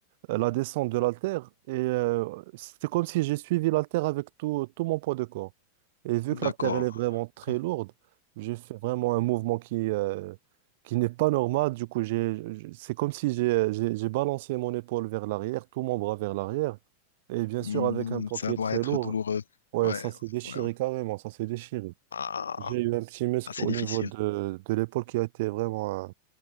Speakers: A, on the right; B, on the left.
A: euh, la descente de l'haltère et euh, c'était comme si j'ai suivi l'haltère avec tout, tout mon poids de corps. Et vu
B: D'accord.
A: que l'haltère elle est vraiment très
B: D'accord.
A: lourde, j'ai fait vraiment un mouvement qui euh, qui n'est pas normal. Du coup, j'ai, j'ai- c'est comme si j'ai j'ai j'ai balancé mon épaule vers l'arrière, tout mon bras vers l'arrière et bien
B: Hmm,
A: sûr avec un poids
B: ça
A: qui est
B: doit
A: très
B: être
A: lourd.
B: douloureux.
A: Ouais,
B: Ouais,
A: ça s'est déchiré
B: ouais, ouais.
A: carrément, ça s'est déchiré.
B: Ah,
A: J'ai eu un petit muscle
B: assez
A: au
B: difficile.
A: niveau de, de l'épaule qui a été vraiment euh,